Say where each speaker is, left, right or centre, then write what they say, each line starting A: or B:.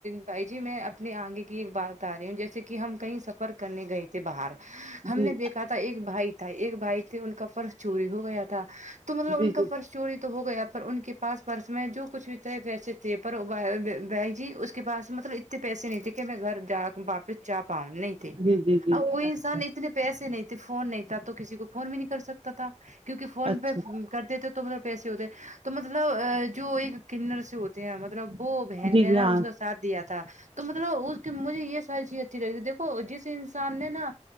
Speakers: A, on the right; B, on the right.
A: بھائی جی میں اپنے آگے کی ایک بات بتا رہی ہوں جیسے کہ ہم کہیں سفر کرنے گئے تھے باہر ہم
B: جی
A: نے دیکھا تھا ایک بھائی تھا ایک بھائی تھے ان کا پرس چوری ہو گیا تھا تو مطلب
B: جی
A: ان کا
B: جی
A: پرس چوری تو ہو گیا پر ان کے پاس پرس میں جو کچھ بھی پیسےجیسے تھے پر بہن جی اس کے پاس مطلب اتنے پیسے نہیں تھے کہ میں گھر جا واپس جا پؤ نہیں تھ
B: جی جی جی
A: آ کوئی
B: اچھا
A: انسان اتنے پیسے نہیں تھے فون نہیں تھا تو کسی کو فون بھی نہیں کر سکتا تھا کیونکہ فون
B: اچھا
A: پہ کرتے تھے تو مطلب پیسے ہوتے تو مطلب جو ایک کنر سے ہوتی ہیں مطلب وہ بہن
B: جی
A: نے
B: جی
A: نا
B: ہاں
A: اس کا ساتھ دیا تھا تو مطلب اس کی مجھے یہ ساری چیزیں دیکھو جس انسان نے نا